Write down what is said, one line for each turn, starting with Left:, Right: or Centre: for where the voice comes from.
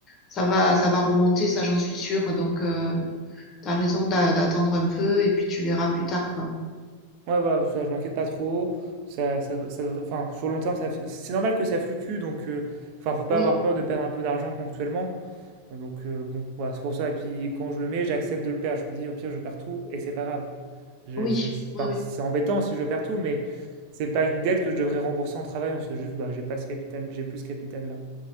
Left: ça va ça va remonter ça j'en suis sûre donc heu, tu raison d'a d'attendre un peu et puis tu verras plus tard quoi.
Right: Ouais voilà ça je m'inquiète pas trop ça, ça, ça enfin sur le long terme ça, c'est normal que ça fluctue donc euh, enfin faut pas
Left: Oui.
Right: avoir peur de perdre un peu d'argent ponctuellement Donc euh, bon, voilà, c'est pour ça. Et puis quand je le mets, j'accepte de le perdre. Je me dis au pire, je perds tout et c'est pas grave. Je-
Left: Oui,
Right: ça- c'est
Left: oui,
Right: enfin,
Left: oui.
Right: c'est embêtant si je perds tout, mais c'est pas une dette que je devrais rembourser en travaillant. C'est juste, bah, j'ai pas ce capital, j'ai plus ce capital là.